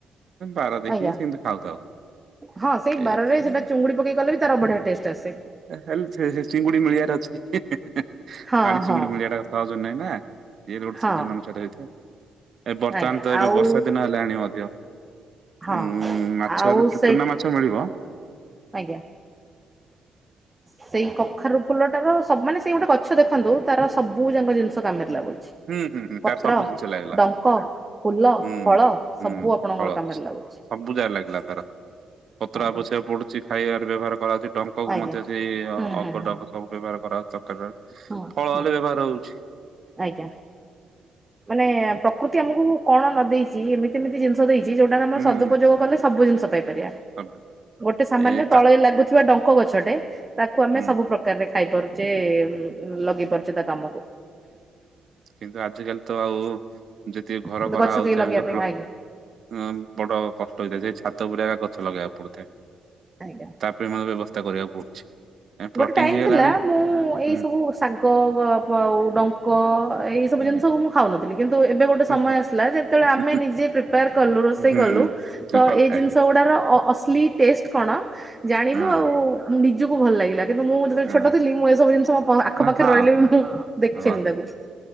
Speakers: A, on the right; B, on the right.
A: ବାର ଦେଖିକି
B: ଆଜ୍ଞା
A: ସେମତି ଖାଉଥାଉ।
B: ହଁ ସେଇ ବାରରେ
A: ଏଥିରେ
B: ସେଟା ଚୁଙ୍ଗୁଡି ପକେଇ ଗଲେ ବି ତାର ବଢିଆ ଟେଷ୍ଟ ଆସେ।
A: ହେ ସେ ଚିଙ୍ଗୁଡି ମିଳିବାରେ ଅଛି ପାଣି
B: ହଁ
A: ଚିଙ୍ଗୁଡି
B: ହଁ
A: ମିଳିବା ଟା ସହଜ ନାଇଁ ନା। ସିଏ ଗୋଟେ
B: ହଁ
A: ସିଜନ ଅନୁସାରେ ହେଇଥାଏ ଏ ବର୍ତ୍ତମାନ
B: ଆଜ୍ଞା
A: ତ ଏବେ
B: ଆଉ
A: ବର୍ଷା ଦିନ ହେଲାଣି ମଧ୍ୟ।
B: ହଁ।
A: ଉଁ ମାଛ
B: ଆଉ
A: ହେଲେ
B: ସେଇ
A: ଚୂନା ମାଛ ମିଳିବ।
B: ଆଜ୍ଞା। ସେଇ କଖାରୁ ଫୁଲଟାର ସବ ମମାନେ ସେଇ ଗୋଟେ ଗଛ ଦେଖନ୍ତୁ ତାର ସବୁ ଯାଙ୍କ ଜିନିଷ କାମରେ ଲାଗୁଛି
A: ହୁଁ ହୁଁ ହୁଁ ତାର
B: ପତ୍ର
A: ସବୁ ଜିନିଷ ଲାଗିଲା। ହୁଁ
B: ଡଙ୍କ ଫୁଲ ଫଳ ସବୁ
A: ହୁଁ
B: ଆପଣଙ୍କର
A: ଫଳ
B: କାମରେ
A: ସବୁ
B: ଲାଗୁଛି
A: ଯାକ ଲାଗିଲା ତାର। ପତ୍ର
B: ଆଜ୍ଞା
A: ଆବଶ୍ଯକ ପଡୁଛି ଖାଇବାରେ ବ୍ୟବହାର କରାହଉଛି ଡଙ୍କ କୁ
B: ଆଜ୍ଞା
A: ମଧ୍ୟ ସେଇ
B: ହୁଁ ହୁଁ
A: ଅଗ
B: ହୁଁ
A: ଡଙ୍କ ସବୁ ବ୍ୟବହାର କରାହଉଛି। ତରକାରୀ
B: ହୁଁ
A: ଫଳ
B: ହୁଁ
A: ହେଲେ ବ୍ୟବହାର ହଉଛି।
B: ଆଜ୍ଞା। ମାନେ ପ୍ରକୃତି ଆମକୁ କଣ ନ ଦେଇଛି। ଏମିତି ଏମିତି ଜିନିଷ ଦେଇଛି ଯୋଉଟାକୁ ଆମେ
A: ହୁଁ
B: ସଦୁପଯୋଗ କଲେ ସବୁ ଜିନିଷ ପାଇପାରିବା।
A: ସବୁ
B: ଗୋଟେ ସାମାନ୍ୟ
A: ଏଇ ତା
B: ତଳେ ଲାଗୁଥିବା ଡଙ୍କ ଗଛଟେ ତାକୁ ଆମେ
A: ହୁଁ
B: ସବୁ ପ୍ରକାରରେ ଖାଇପାରୁ ଛେ ଲଗେଇ ପାରୁଛେ ତା କାମକୁ।
A: କିନ୍ତୁ ଆଜିକାଲି ତ ଆଉ ଯେତିକି ଘର
B: କିନ୍ତୁ
A: କରାହଉଛି
B: ଗଛ କେହି ଲଗେଇବା
A: ଆମ ଯେ
B: ପାଇଁ
A: ପ୍ଲ
B: ଆଜ୍ଞା
A: ଉ ବଡ କଷ୍ଟ ହେଇଥାଏ ସେ ଛାତ ଉପରେ ଗଛ ଲଗେଇବାକୁ ପଡୁଥାଏ।
B: ଆଜ୍ଞା।
A: ତାପରେ ମାନେ ବ୍ୟବସ୍ଥା କରିବାକୁ ପଡୁଛି। ଏ ପ୍ଲଟିଂ
B: ଗୋଟେ ଟାଇମ
A: ହେଇଗଲାଣି
B: ଥିଲା ମୁଁ ଏଇ
A: ହୁଁ
B: ସବୁ ସା ଗ ଗ ପଉ ଡଙ୍କ ଏଇ ସବୁ
A: ହୁଁ
B: ଜିନିଷ ମୁଁ ଖାଉନଥିଲି କିନ୍ତୁ ଏବେ ଗୋ ଟେ
A: ହୁଁ
B: ସମୟ
A: ହୁଁ
B: ଆସିଲା ଯେତେବେଳେ ଆମେ
A: ହୁଁ
B: ନିଜେ ପ୍ରିପେୟାର କଲୁ ରୋଷେଇ
A: ହୁଁ
B: କଲୁ
A: ହୁଁ ହୁଁ
B: ତ
A: ହୁଁ କଲ୍
B: ଏଇ
A: ଖାଇବେ
B: ଜିନିଷ ଗୁଡାର ଅ ଅଶ୍ଲି ଟେଷ୍ଟ କଣ ଜାଣିଲୁ
A: ହଁ
B: ଆଉ ନିଜକୁ ଭଲ ଲାଗିଲା କିନ୍ତୁ ମୁଁ ଯେତେବେଳେ
A: ହଁ
B: ଛୋଟ ଥିଲି ମୁଁ ଏସବୁ ଜିନିଷ ହଁ ଆଖପାଖରେ
A: ନା ହଁ
B: ରହିଲେ ବି ମୁଁ ଦେଖେନି
A: ହଁ
B: ତାକୁ